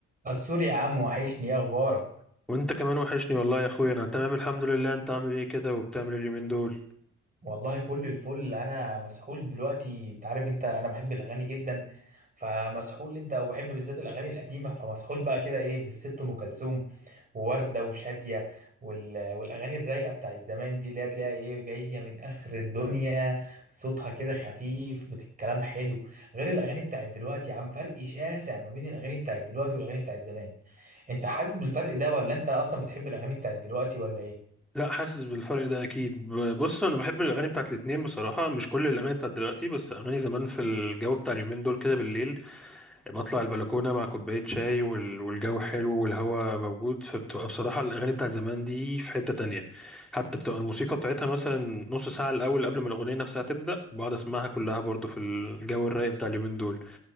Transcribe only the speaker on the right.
السوري يا عم وحشني ايه اخبارك
والله فل الفل انا مسحول دلوقتي انت عارف انت انا بحب الاغاني جدا فمسحول انت وبحب بالذات الاغاني القديمه فمسحول بقى كده ايه بالست ام كلثوم ووردة وشادية وال... والأغاني الرايقة بتاعت زمان دي اللي هتلاقيها إيه جاية من آخر الدنيا صوتها كده خفيف بت- الكلام حلو غير الأغاني بتاعت دلوقتي يا عم فرق شاسع ما بين الأغاني بتاعت دلوقتي والأغاني بتاعت زمان أنت حاسس بالفرق ده ولا أنت أصلا بتحب الأغاني بتاعت دلوقتي ولا إيه؟